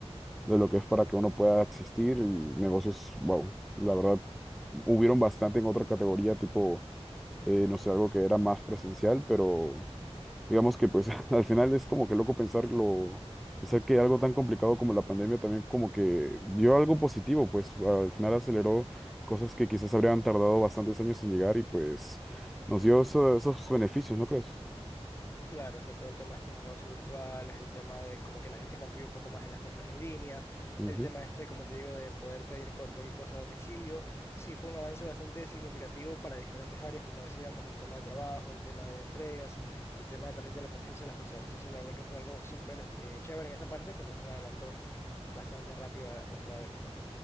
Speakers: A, in the centre; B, on the left.
A: de lo que es para que uno pueda existir y negocios, wow, la verdad, hubieron bastante en otra categoría, tipo, eh, no sé, algo que era más presencial, pero digamos que pues <laughs> al final es como que loco pensarlo, pensar que algo tan complicado como la pandemia también como que dio algo positivo, pues al final aceleró cosas que quizás habrían tardado bastantes años en llegar y pues nos dio eso- esos beneficios, ¿no crees?
B: Claro, o sea, todo el tema este de los negocios virtuales, el tema de como que la gente confía un poco más en las compras en línea,
A: Ujú.
B: el tema este, como te digo, de poder pedir cosas, cualquier cosa a domicilio, sí fue un avance bastante significativo para diferentes áreas, como decíamos, el tema de trabajo, el tema de entregas, el tema también de la confianza de las personas. Entonces, la verdad que fue algo súper eh, chévere en esa parte porque fue un adelanto bastante rápido a nuestra época.